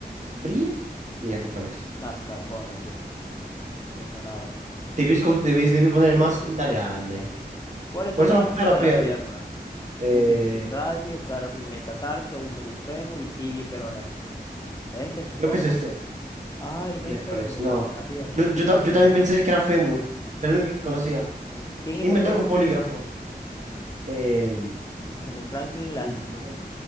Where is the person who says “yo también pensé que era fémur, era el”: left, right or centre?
Right